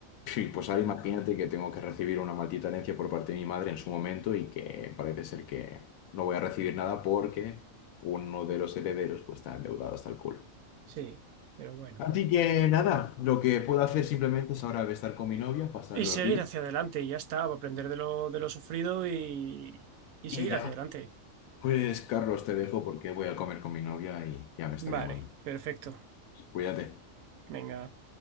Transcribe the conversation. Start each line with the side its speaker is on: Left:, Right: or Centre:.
Left: Y pues ahora imagínate que tengo que recibir una maldita herencia por parte de mi madre en su momento y que parece ser que no voy a recibir nada porque uno de los herederos pues está endeudado hasta el culo.
Right: Sí, pero bueno.
Left: Así que nada, lo que puedo hacer simplemente es ahora estar con mi novia, pasar
Right: Y
Left: los
Right: seguir
Left: días
Right: hacia adelante, y ya está, aprender de lo, de lo sufrido y, y seguir
Left: y ya.
Right: hacia adelante.
Left: Pues Carlos, te dejo porque voy a comer con mi novia y ya me está
Right: Vale,
Left: llamando.
Right: perfecto.
Left: Cuídate.
Right: Venga.